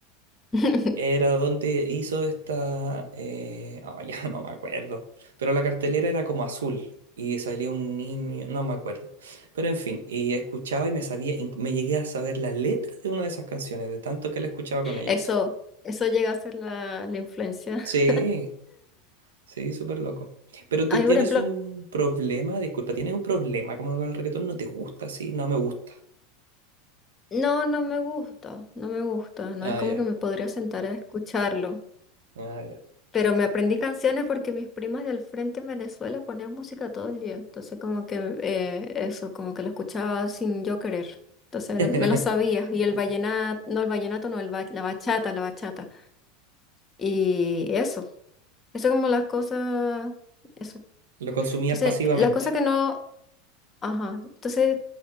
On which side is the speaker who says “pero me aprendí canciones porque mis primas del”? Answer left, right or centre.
Left